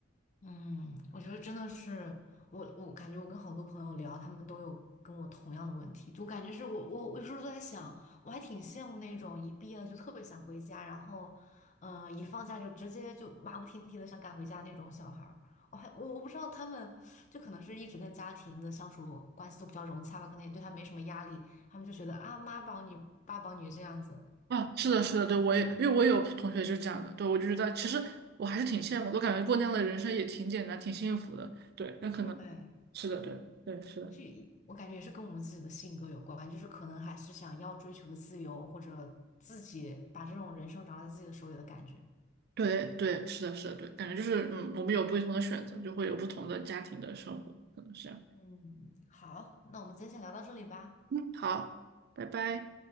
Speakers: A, on the left; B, on the right.
A: 嗯，我觉得真的是，我我感觉我跟好多朋友聊，他们都有跟我同样的问题，就感觉是我我我有时候都在想，我还挺羡慕那种一毕业就特别想回家，然后，嗯、一放假就直接就马不停蹄的想赶回家那种小孩儿。我还我我不知道他们，就可能是一直跟家庭的相处关系都比较融洽吧，可能也对他没什么压力，他们就觉得啊妈宝女爸宝女这样子，
B: 啊，是的，是的，对，我也因为我也有同学就是这样的，对，我就觉得其实我还是挺羡慕，我感觉过那样的人生也挺简单，挺幸福的。对，那可能
A: 对。
B: 是的，对，对，是的。
A: 这我感觉也是跟我们自己的性格有关，就是可能还是想要追求的自由，或者自己把这种人生掌握在自己的手里的感觉。
B: 对对，是的，是的，对，感觉就是嗯，我们有不同的选择，就会有不同的家庭的生活，可能是这样。
A: 嗯，好，那我们今天先聊到这里吧，
B: 嗯，好，拜拜。